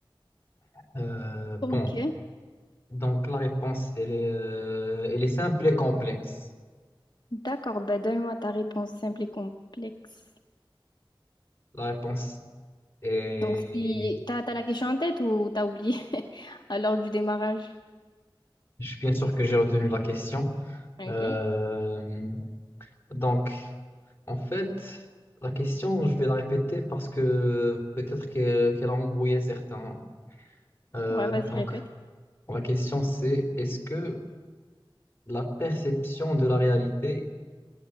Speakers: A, on the left; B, on the left.
A: Euh,
B: Ok.
A: bon, donc la réponse, elle est, euh, elle est simple et complexe.
B: D'accord, ben donne-moi ta réponse simple et complexe.
A: La réponse est...
B: Donc, Ah. si t'as, t'as la question en tête ou t'as oublié <laughs> à l'heure du démarrage?
A: Je suis bien sûr que j'ai retenu la question.
B: Ok.
A: Euh, donc, en fait, la question, je vais la répéter parce que peut-être qu'elle qu'elle a embrouillé certains. Euh,
B: Ouais, vas-y,
A: donc,
B: répète.
A: la question, c'est est-ce que la perception de la réalité